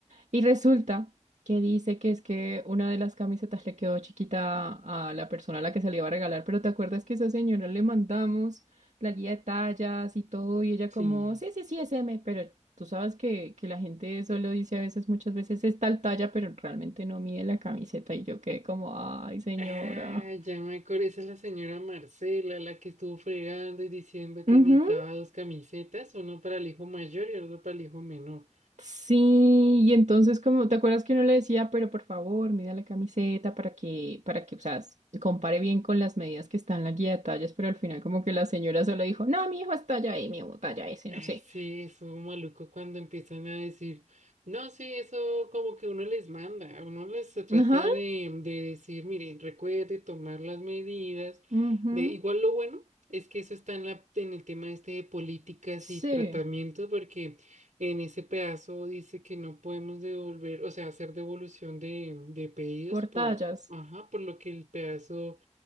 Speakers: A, on the right; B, on the right.
A: Y resulta que dice que es que una de las camisetas le quedó chiquita a la persona a la que se le iba a regalar, pero ¿te acuerdas que esa señora le mandamos la guía de tallas y todo? Y ella
B: Sí.
A: como, sí, sí, sí, es M, pero tú sabes que, que la gente solo dice a veces, muchas veces es tal talla, pero realmente no mide la camiseta y yo quedé como, ay, señora.
B: Ah, ya me acordé, esa es la señora Marcela, la que estuvo fregando y diciendo que
A: Ujú.
B: necesitaba dos camisetas, uno para el hijo mayor y otro para el hijo menor.
A: Sí, y entonces como, ¿te acuerdas que uno le decía, pero por favor, mida la camiseta para que, para que, o sea, s- compare bien con las medidas que están en la guía de tallas, pero al final como que la señora solo dijo, no, mi hijo es talla M o talla S,
B: Ay,
A: no sé.
B: sí, eso maluco cuando empiezan a decir, no, sí, eso como que uno les manda, uno les se trata
A: Ajá,
B: de, de decir, miren, recuerde tomar las medidas,
A: ujú,
B: de igual lo bueno es que eso está en la, en el tema este de políticas
A: sí,
B: y tratamientos, porque en ese pedazo dice que no podemos devolver, o sea, hacer devolución de, de pedidos
A: por
B: por,
A: tallas.
B: ajá, por lo que el pedazo